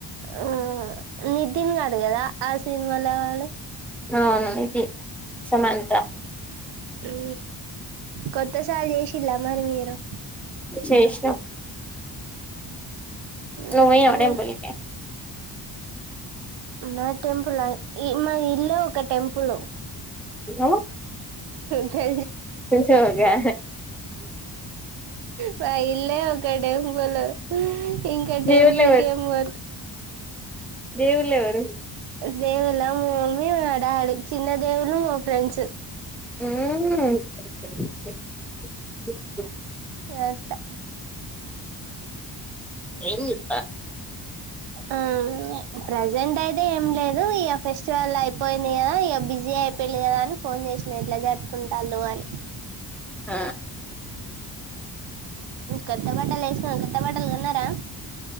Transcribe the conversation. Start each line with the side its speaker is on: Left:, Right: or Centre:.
Right: ఆఓ నితిన్ ని అడుగదా ఆ సినిమాల వాళ
Centre: అవును ఇది సమంత
Right: ఊ కొత్తసాయి చిలా మరి మీరు
Centre: సేసినం
Right: ఉమ్,
Centre: ను వయి అడేం
Right: ఉమ్,
Centre: బూలిక
Right: నా టెంపుల్ మా ఇల్లే ఒక టెంపుల్
Centre: ఉ
Right: తె
Centre: జోగా
Right: ప ఇళ ఒక ఒక డే పోలు ఆ ఇంకా టెంపుుల్
Centre: దేవుళ్ళు
Right: గేమ్ వదు
Centre: దేవుళవరు
Right: దేవల మడా చిన్న దేవులు ఫ్రెండ్ంచ
Centre: ఆ
Right: అట్లా
Centre: ఏలో
Right: ఆ ప్రజెంట్ అయితే ఏం లేదు ఇక ఫెస్టివల్ అయిపోయింది కదా ఇక బిజీ అయిపోయిది కదా అని ఫోన్ చేసిన ఎట్లా జరుపుకుంటున్నారు అని
Centre: ఆ
Right: కొత్త బటలు వేసుకొని కొత్త బటలు కొన్నారా